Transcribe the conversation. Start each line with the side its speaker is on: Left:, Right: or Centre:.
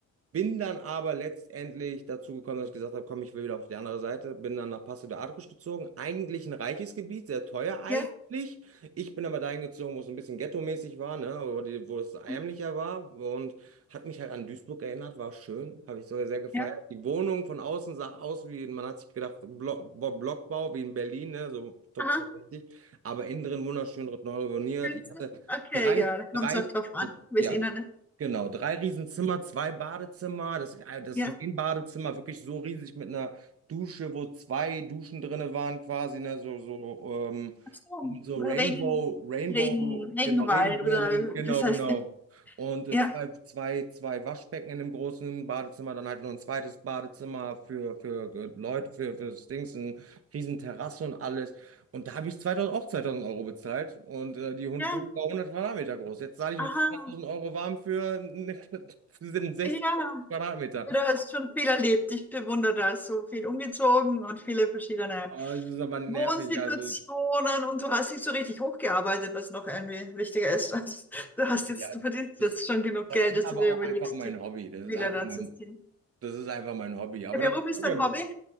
Right: Bin dann aber letztendlich dazu gekommen, dass ich gesagt habe, komm, ich will wieder auf die andere Seite. Bin dann nach Passo de Arcos gezogen. Eigentlich ein reiches Gebiet, sehr teuer eigentlich.
Centre: ja,
Right: Ich bin aber dahin gezogen, wo es ein bisschen ghetto-mäßig war, ne? Wo, die, wo es ärmlicher
Centre: mhm,
Right: war. Und hat mich halt an Duisburg erinnert, war schön. Habe ich sogar sehr gefeiert.
Centre: ja,
Right: Die Wohnung von außen sah aus wie, man hat sich gedacht, Block, Bo- Blockbau wie in Berlin, ne? So top,
Centre: aha,
Right: richtig. Aber innen drin wunderschön, neu renoviert.
Centre: findest
Right: Ich hatte
Centre: okay,
Right: drei,
Centre: ja, da kommt
Right: drei,
Centre: es auch drauf an, wie
Right: ja,
Centre: es innen
Right: Genau, drei Riesenzimmer, zwei Badezimmer. Das, äh, das
Centre: Ja,
Right: Main-Badezimmer wirklich so riesig mit einer Dusche, wo zwei Duschen drinne waren quasi, ne? So, so, ähm,
Centre: ach so,
Right: so
Centre: Regen,
Right: Rainbow, Rainbow,
Centre: Regen, Regenwald
Right: genau, Regenbogen,
Centre: oder
Right: genau,
Centre: das heißt,
Right: genau. Und äh,
Centre: ja,
Right: zwei, zwei, zwei Waschbecken in dem großen Badezimmer, dann halt noch ein zweites Badezimmer für, für äh, Leute, für, für Dings, eine riesen Terrasse und alles. Und da habe ich 2000, auch 2000 Euro bezahlt und äh, die Hund
Centre: ja,
Right: Wohnung war 100 Quadratmeter groß. Jetzt zahle ich
Centre: aha,
Right: 2000 Euro warm für, eine- <laughs> für sind 60
Centre: ja,
Right: Quadratmeter.
Centre: Du hast schon viel erlebt. Ich bewundere das. So viel umgezogen und viele verschiedene
Right: Aber das ist aber nervig,
Centre: Wohnsituationen.
Right: also
Centre: Und du hast dich so richtig hochgearbeitet, was noch irgendwie wichtiger ist. <laughs> Also, Du hast
Right: ja,
Centre: jetzt, du verdienst
Right: das,
Centre: jetzt schon genug
Right: das
Centre: Geld,
Right: ist
Centre: dass
Right: aber
Centre: du dir
Right: auch
Centre: überlegst,
Right: einfach mein
Centre: die
Right: Hobby, das
Centre: Villa
Right: ist einfach
Centre: da
Right: mein.
Centre: zu ziehen.
Right: Das ist einfach mein Hobby. Aber
Centre: Der Beruf
Right: da
Centre: ist
Right: m-
Centre: dein Hobby?